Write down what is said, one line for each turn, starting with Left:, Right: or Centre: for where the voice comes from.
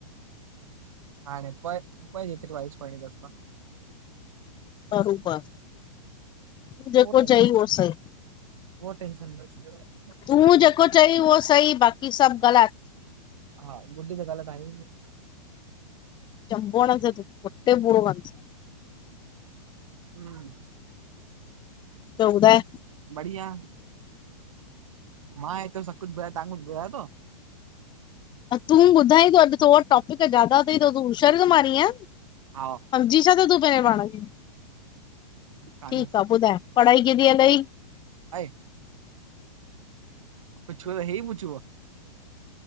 Right: हा ने पोइ पईत वाईश पाणीस्त <unintelligible>
Left: बरोबर <unintelligible> तूं
Right: ट
Left: जेको चई उहो सही
Right: ट <unintelligible>
Left: तूं जेको चई उहो सही, बाक़ी सब ग़लत।
Right: हा गुडी तॻाल ताई <unintelligible>
Left: चंबो हडंदी सांय कुट्टे पूरो कंदी सांय।
Right: हम्म
Left: तूं ॿुधाये?
Right: बढिया। मां हेतिरो सॿ कुझु बुधायो तहां कुझु बुधायो तव?
Left: तूं ॿुधाइतो अॼु तोवट टॉपिक ज़ादा त‌ई त तूं हुशारी तो मारीं या?
Right: हा
Left: जी छा त तूं पहिरें पाण खें?
Right: तव्हांजो
Left: ठीक आह ॿुधाए पढ़ाई कींअं ती हल‌ई?
Right: हाय पुछयो त ही पुछॿो आ?